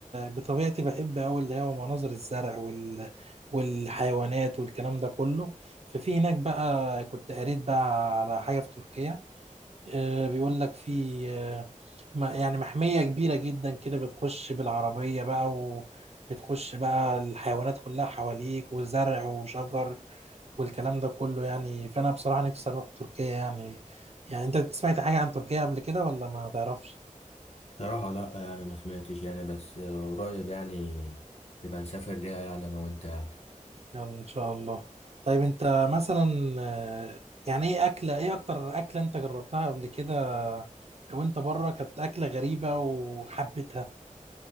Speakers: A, on the right; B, on the left.
A: بطبيعتي بحب قوي اللي هو مناظر الزرع وال... والحيوانات والكلام ده كله ففي هناك بقى كنت قريت بقى على حاجه في تركيا آه، بيقول لك في آه، ما- يعني محمية كبيرة جدا كده بتخش بالعربية بقى وبتخش بقى الحيوانات كلها حواليك وزرع وشجر والكلام ده كله يعني فأنا بصراحة نفسي أروح تركيا يعني يعني أنت سمعت حاجة عن تركيا قبل كده ولا ما تعرفش؟
B: صراحة لا يعني ما سمعتش يعني بس آه، قريب يعني نبقى نسافر ليها يعني انا وانت يعني
A: يلا إن شاء الله طيب أنت مثلا آه، يعني إيه أكلة إيه أكتر أكلة أنت جربتها قبل كده وأنت بره كانت أكلة غريبة وحبيتها؟